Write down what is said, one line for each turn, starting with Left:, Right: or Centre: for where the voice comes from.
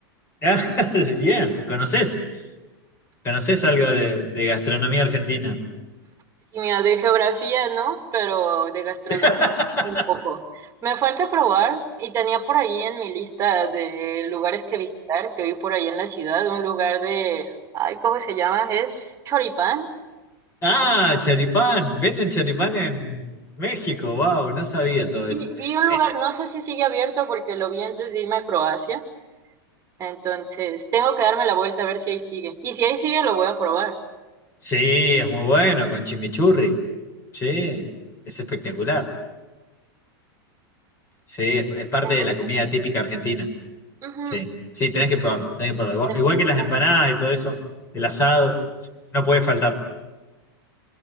Left: <laughs> Ah, bien, ¿conoces? ¿Conoces algo de, de gastronomía argentina?
Right: Sí, mira, de geografía, ¿no? Pero de gastronomía.
Left: <laughs>
Right: Un poco. Me falta probar y tenía por ahí en mi lista de lugares que visitar, que vi por ahí en la ciudad, un lugar de, ay, ¿cómo se llama? Es Choripán.
Left: Ah, charipán, venden charipán en México, wow, no sabía todo eso.
Right: Y vi un lugar,
Left: Eh,
Right: no sé si sigue abierto porque lo vi antes de irme a Croacia, entonces tengo que darme la vuelta a ver si ahí sigue. Y si ahí sigue, lo voy a probar.
Left: sí, es muy bueno, con chimichurri. Sí, es espectacular. Sí, es es parte
Right: Tengo-
Left: de la comida típica argentina.
Right: Ujú,
Left: Sí, sí, tenés que probarlo, tenés que probarlo. Igual,
Right: Definitivamente.
Left: igual que las empanadas y todo eso, el asado, no puede faltar.